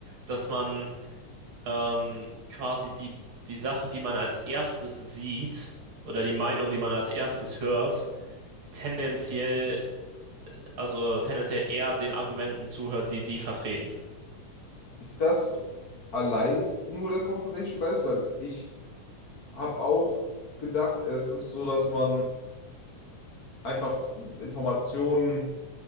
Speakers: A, on the right; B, on the left.
A: dass man ähm, quasi die, die Sache, die man als erstes sieht oder die Meinung, die man als erstes hört, tendenziell, also tendenziell eher den Argumenten zuhört, die die vertreten.
B: Ist das
A: So.
B: allein nur der Confirmation Bias? Weil ich habe auch gedacht, es ist so, dass man einfach Informationen,